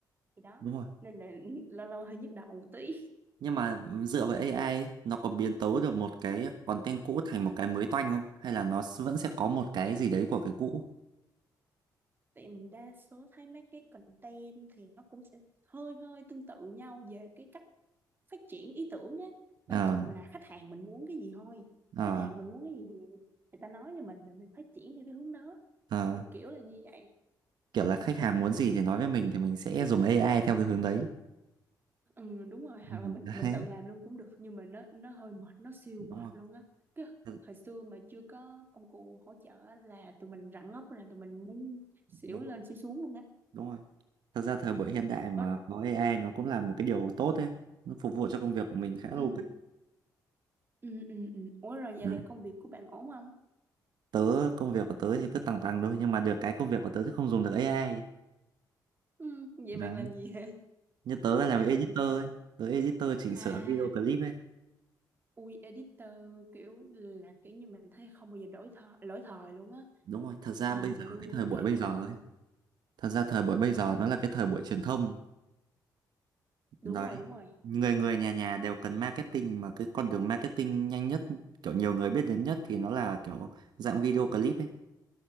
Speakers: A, on the right (about 30°); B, on the right (about 75°).
A: thì đó
B: đúng rồi
A: nên là <laughs> lâu lâu hơi nhức đầu một tí
B: nhưng mà dựa vào AI ấy, nó có biến tấu được một cái content cũ thành một cái mới toanh không hay là nó s- vẫn sẽ có một cái gì đấy của cái cũ
A: tại mình đa số thấy mấy cái content thì nó cũng sẽ hơi hơi tương tự nhau về cái cách phát triển ý tưởng á quan
B: ờ
A: trọng là khách hàng mình muốn cái gì thôi
B: ờ
A: khách hàng mình muốn cái gì thì người ta nói cho mình là mình phát triển theo cái hướng đó
B: ờ
A: kiểu kiểu là như vậy
B: kiểu là khách hàng muốn gì thì nói với mình thì mình sẽ dùng AI theo cái hướng đấy
A: Ừ, đúng rồi hoặc
B: Ừ,
A: là mình
B: <laughs>
A: mình
B: đấy
A: tự làm luôn cũng được nhưng mà nó nó hơi mệt nó siêu
B: đúng
A: mệt
B: rồi
A: luôn á cái
B: Ừ,
A: thời xưa mà chưa có công cụ hỗ trợ á, là tụi mình rặn ốc là tụi mình muốn xỉu
B: đúng
A: lên
B: rồi.
A: xỉu xuống luôn á
B: đúng rồi thật ra thời buổi hiện đại mà
A: Ủa,
B: có AI nó cũng là một cái điều tốt đấy nó phục vụ cho công việc của mình khá là
A: ừ,
B: ok
A: ừ, ừ, ừ. Ủa rồi giờ
B: đấy.
A: này công việc của bạn ổn không
B: tớ công việc của tớ thì cứ tằng tằng thôi nhưng mà được cái công việc của tớ thì không dùng được AI
A: ừ, vậy
B: đấy
A: bạn làm gì hả <laughs>
B: như tớ làm
A: bạn
B: editor
A: làm gì hả
B: ấy tớ editor chỉnh
A: à
B: sửa video clip ấy
A: ui editor kiểu là kiểu như mình thấy không bao giờ đổi thời lỗi thời luôn á
B: đúng rồi thật ra
A: ờ
B: bây
A: mà
B: giờ
A: lương
B: cái
A: cũng
B: thời buổi
A: cao
B: bây giờ
A: nữa
B: ấy thật ra thời buổi bây giờ
A: ừ
B: nó là cái thời buổi truyền thông
A: đúng
B: đấy
A: rồi đúng rồi
B: người
A: Ừ,
B: người nhà nhà đều cần marketing mà cái con đường marketing nhanh nhất kiểu nhiều người biết đến nhất thì nó là kiểu dạng video clip ấy